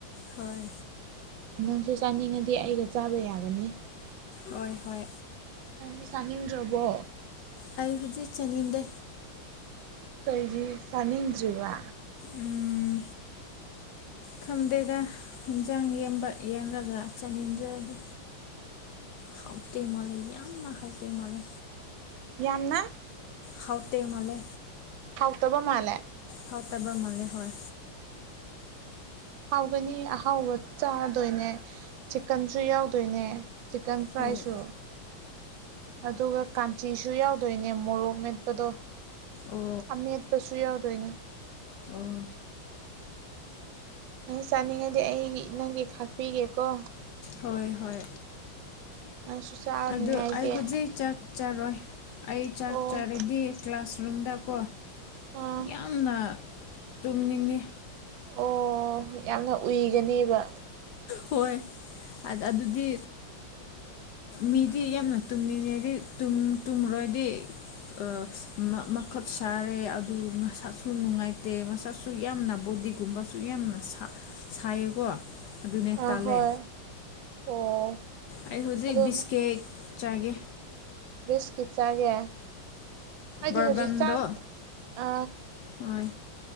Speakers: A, on the left; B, on the right.
A: ꯍꯣꯏ
B: ꯅꯪꯁꯨ ꯆꯥꯅꯤꯡꯉꯗꯤ ꯑꯩꯒ ꯆꯥꯕ ꯌꯥꯒꯅꯤ
A: ꯍꯣꯏ ꯍꯣꯏ
B: ꯅꯪꯗꯤ ꯆꯥꯅꯤꯡꯗ꯭ꯔꯕꯣ
A: ꯑꯩ ꯍꯧꯖꯤꯛ ꯆꯥꯅꯤꯡꯗꯦ
B: ꯀꯩꯒꯤ ꯆꯅꯤꯡꯗ꯭ꯔꯤꯕ
A: ꯎꯝ ꯈꯪꯗꯦꯗ ꯌꯦꯟꯖꯥꯡꯕ ꯌꯦꯟꯔꯒ ꯆꯥꯅꯤꯡꯗ꯭ꯔꯗꯤ ꯍꯥꯎꯇ ꯃꯥꯂꯦ ꯌꯥꯝꯅ ꯍꯥꯎꯇ ꯃꯥꯂꯦ
B: ꯌꯥꯝꯅ
A: ꯍꯥꯎꯇ ꯃꯥꯂꯦ
B: ꯍꯥꯎꯇꯕ ꯃꯥꯜꯂꯦ
A: ꯍꯥꯎ ꯇꯕ ꯃꯥꯂꯦ ꯍꯣꯏ
B: ꯍꯥꯎꯒꯅꯤ ꯑꯍꯥꯎꯕ ꯆꯥꯗꯣꯏꯅꯦ ꯆꯤꯛꯀꯟꯁꯨ ꯌꯥꯎꯗꯣꯏꯅꯦ ꯆꯤꯀꯦꯟ ꯐ꯭ꯔꯥꯏꯁꯨ
A: ꯍꯣꯏ
B: ꯑꯗꯨꯒ ꯀꯥꯟꯆꯤꯁꯨ ꯌꯥꯎꯗꯣꯏꯅꯦ ꯃꯣꯔꯣꯛ ꯃꯦꯠꯄꯗꯣ
A: ꯑꯣ
B: ꯑꯃꯦꯠꯄꯁꯨ ꯌꯥꯎꯗꯣꯏꯅꯦ
A: ꯑꯣ
B: ꯅꯪ ꯆꯥꯅꯤꯡꯉꯗꯤ ꯑꯩꯒꯤ ꯅꯪꯒꯤ ꯈꯥꯛꯄꯤꯒꯦꯀꯣ
A: ꯍꯣꯏ ꯍꯣꯏ
B: ꯅꯪꯁꯨ ꯆꯥꯅꯤꯡꯉꯥꯏꯒꯤ
A: ꯑꯗꯨ ꯑꯩ ꯍꯧꯖꯤꯛ ꯆꯥꯛ ꯆꯔꯣꯏ ꯑꯩ ꯆꯥꯛ
B: ꯑꯣ
A: ꯆꯥꯔꯗꯤ ꯀ꯭ꯂꯥꯁꯔꯨꯝꯗꯀꯣ
B: ꯑꯥ
A: ꯌꯥꯝꯅ ꯇꯨꯝ ꯅꯤꯡꯉꯤ
B: ꯑꯣ ꯌꯥꯝꯅ ꯎꯏꯒꯅꯤꯕ
A: ꯍꯣꯏ ꯑꯗꯨꯗꯤ ꯃꯤꯗꯤ ꯌꯥꯝꯅ ꯇꯨꯝꯅꯤꯡꯉꯗꯤ ꯇꯨꯝꯔꯣꯏꯗꯤ ꯥ ꯁꯥꯔꯦ ꯑꯗꯨ ꯃꯁꯥꯁꯨ ꯅꯨꯡꯉꯥꯏꯇꯦ ꯃꯁꯛꯁꯨ ꯌꯥꯝꯅ ꯕꯣꯗꯤꯒꯨꯝꯕꯁꯨ ꯌꯥꯝꯅ ꯁꯥ ꯆꯀꯣ ꯑꯗꯨꯅꯦ
B: ꯑꯥ
A: ꯇꯥꯜꯂꯦ
B: ꯍꯣꯏ ꯑꯣ
A: ꯑꯩ ꯍꯧꯖꯤꯛ
B: ꯑꯗꯣꯅ
A: ꯕꯤꯁꯀꯦꯠ ꯆꯥꯏꯒꯦ
B: ꯕꯤꯁꯀꯤꯠ ꯆꯥꯒꯦ ꯍꯥꯏꯗꯤ
A: ꯕꯔꯕꯟꯗꯣ
B: ꯍꯧꯖꯤꯛ ꯆꯥꯛ ꯑ
A: ꯍꯣꯏ